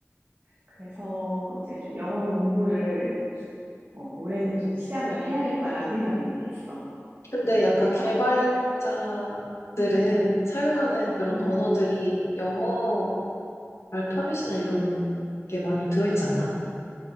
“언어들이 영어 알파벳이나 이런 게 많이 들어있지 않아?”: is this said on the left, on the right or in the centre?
Left